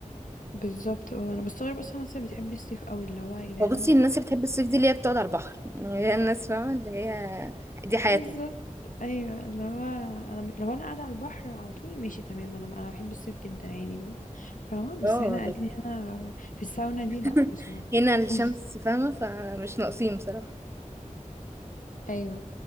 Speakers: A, on the left (about 85°); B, on the right (about 20°).
A: بالظبط اه انا بستغرب اصلا الناس اللي بتحب الصيف قوي اللي هو يا جدعان
B: وبصي الناس اللي بتحب الصيف دي اللي هي بتقعد على البحر يعني هي الناس فاهمة اللي هي دي حياتها
A: بالظبط ايوه اللي هو انا لو انا قاعده على البحر على طول ماشي تمام انا انا بحب الصيف جدا عادي ما- فاهمه
B: اه
A: بس احنا قاعدين
B: لك
A: هنا في الساونا دي
B: <laughs>
A: لا بصراحه
B: هنا الشمس
A: <laughs>
B: فاهمة فمش ناقصين بصراحة
A: ايوه